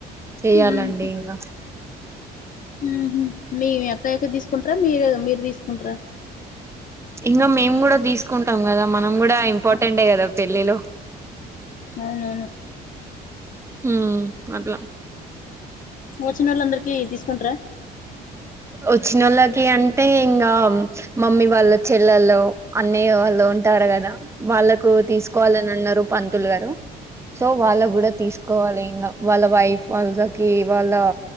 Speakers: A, on the right (about 15°); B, on the left (about 50°).
A: చెయాలండి
B: ఊహు
A: ఇంకా
B: ఊహు మీ అక్కయకి తీసుకుంటారా మీరే మీర్ తీసుకుంటారా
A: ఇంగా మేమ్ కూడా తీసుకుంటాం గదా మనం కూడా ఇంపార్టెంటే గదా పెళ్ళిలో
B: అవునవును
A: ఉమ్ అట్లా
B: వచ్చినోళ్ళందరికి తీస్కుంట్ర
A: వచ్చినోళ్ళకి అంటే ఇంగా మమ్మీ వాళ్ళ చెల్లల్లో అన్నయ్య వాళ్ళో ఉంట ర్ గదా వాళ్ళకు తీసుకోవాలని అన్నారు పంతులుగారు సో వాళ్ళక్ గూడా తీసుకోవాలే ఇంగా వాళ్ళ వైఫ్ వాళ్ళకి వాళ్ళ